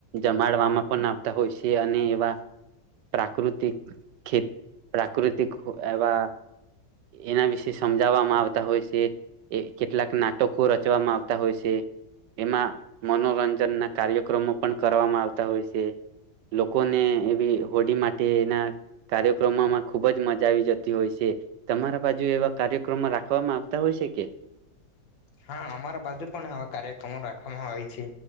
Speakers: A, on the right; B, on the left.
A: જમાડવામાં પણ આવતા હોય છે અને એવા પ્રાકૃતિક ખેત પ્રાકૃતિક એવા એના વિશે સમજાવવામાં આવતા હોય છે એ કેટલાક નાટકો રચવામાં આવતા હોય છે એમાં મનોરંજન ના કાર્યક્રમો પણ કરવામાં આવતા હોય છે લોકોને એવી હોડી માટે એના કાર્યક્રમોમાં ખુબ જ મજા આવી જતી હોય છે તમારા બાજુ એવા કાર્યક્રમો રાખવામાં આવતા હોય છે કે
B: હા અમારા બાજુ પણ આવા કાર્યક્રમો રાખવામાં આવે છે